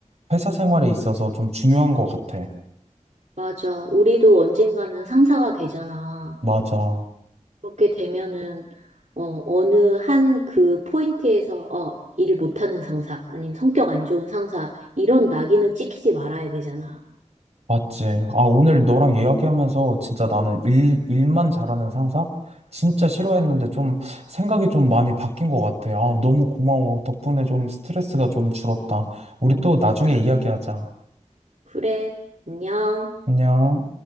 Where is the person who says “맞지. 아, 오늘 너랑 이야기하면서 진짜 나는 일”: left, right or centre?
Right